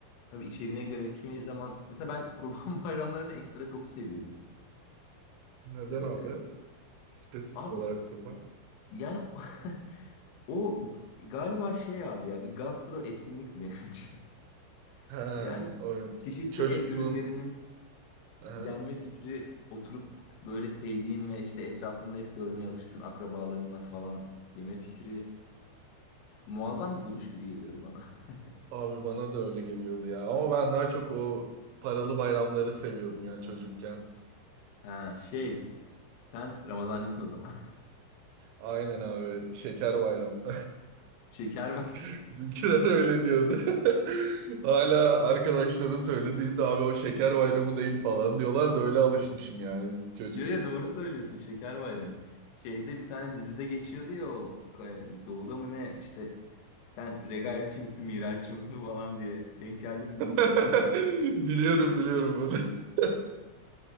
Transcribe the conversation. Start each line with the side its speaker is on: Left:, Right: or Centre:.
Left: Tabii içeriğine göre kimi zaman mesela ben kurban <laughs> bayramlarını ekstra çok seviyordum.
Right: Neden
Left: Ee,
Right: abi? Spesifik
Left: abi
Right: olarak kurban.
Left: yani <laughs> o galiba şey abi ya bir gastro etkinlikti benim için. <laughs>
Right: He,
Left: Yani
Right: o
Left: çeşitli
Right: çocukluğun.
Left: et ürünlerinin
Right: He.
Left: yenme fikri oturup böyle sevdiğin ve işte etrafında hep görmeye alıştığın akrabalarınla falan yeme fikri muazzam bir buluş gibi geliyordu bana. <laughs>
Right: Abi bana da öyle geliyordu ya. Ama ben daha çok o paralı bayramları seviyordum ya çocukken.
Left: Ha şey sen Ramazancısın o zaman.
Right: Aynen abi. Şeker bayramı.
Left: <laughs> Şeker
Right: <laughs> Bizimkiler öyle diyordu. <laughs> Hala arkadaşlara söylediğimde abi o şeker bayramı değil falan diyorlar da öyle alışmışım yani çocuklukta.
Left: Ya ya doğru söylüyorsun Şeker Bayramı. Şeyde bir tane dizide geçiyordu ya o Doğu'da mı ne işte sen regaipçi misin miraççı mısın falan diye denk geldi mi
Right: <laughs>
Left: bilmiyorum.
Right: Biliyorum biliyorum bunu. <laughs>